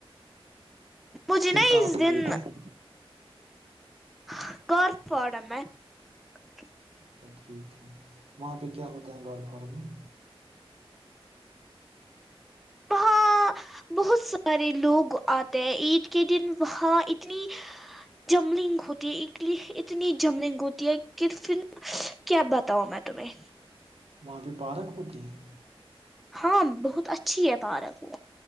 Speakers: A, in the centre; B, on the right.
A: <unintelligible>
B: پھر کہاں پہ گئے تھے
A: <unintelligible>
B: <unintelligible> ٹھیک ہے وہاں پہ کیا ہوتا ہے گڑ گھر میں
A: وہاں بہت سارے لوگ آتے ہیں عید کے دن وہاں اتنی جملنگ ہوتی ہے اتنی جملنگ ہوتی ہے کہفھر کیا بتاؤ میں تمہیں
B: وہاں پہ پارک ہوتے ہیں
A: ہاں بہت اچھی ہے پارک وہ